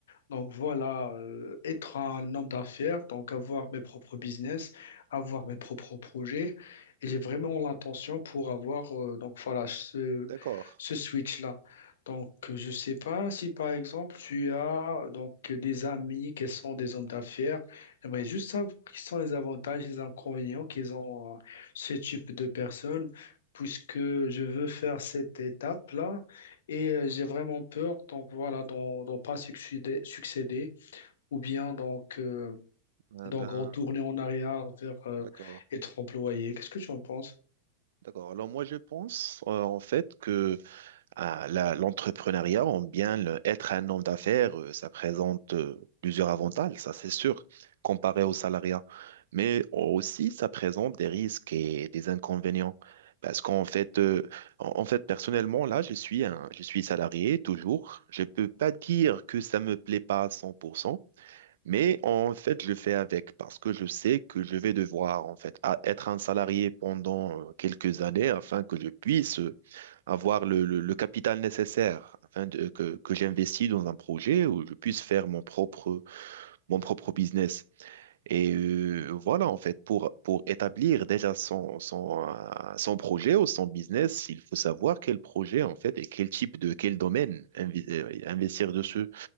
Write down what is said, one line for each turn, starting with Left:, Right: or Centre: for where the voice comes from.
Left: donc voilà, euh, être un homme d'affaires, donc avoir mes propres business, avoir mes propres projets. Et j'ai vraiment l'intention pour avoir euh, donc voilà ce,
Right: D'accord.
Left: ce switch-là. Donc euh, je sais pas si par exemple tu as donc des amis qui sont des hommes d'affaires. J'aimerais juste savoir quels sont les avantages et les inconvénients qu'ils ont euh, ce type de personnes, puisque je veux faire cette étape-là et euh, j'ai vraiment peur, donc voilà, d'en d'en pas succéder, succéder ou bien donc, euh,
Right: Euh,
Left: donc
Right: ben,
Left: retourner en arrière vers euh,
Right: d'accord.
Left: être employé. Qu'est-ce que tu en penses?
Right: D'accord. Alors moi, je pense euh, en fait que ah, la- l'entrepreneuriat, on bien le- être un homme d'affaires, euh, ça présente euh, plusieurs avantages, ça c'est sûr, comparé au salariat. Mais aussi, ça présente des risques et des inconvénients. Parce qu'en fait, euh, en en fait, personnellement, là, je suis un, je suis salarié toujours. Je peux pas dire que ça me plaît pas à 100%. Mais en fait, je fais avec parce que je sais que je vais devoir en fait a- être un salarié pendant euh, quelques années afin que je puisse euh, avoir le, le- le capital nécessaire afin de- que, que j'investis dans un projet où je puisse faire mon propre, mon propre business. Et euh, voilà, en fait, pour, pour établir déjà son, son, euh, son projet ou son business, il faut savoir quel projet, en fait, et quel type de, quel domaine invi- euh, investir dessus.